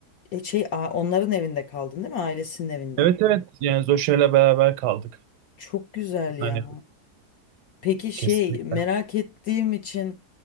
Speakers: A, on the left; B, on the right.
A: E şey, a- onların evinde kaldın değil mi? Ailesinin evinde.
B: Evet evet yani Zoşa'yla beraber kaldık.
A: Çok güzel ya.
B: Hani
A: Peki şey
B: kesinlikle
A: merak ettiğim için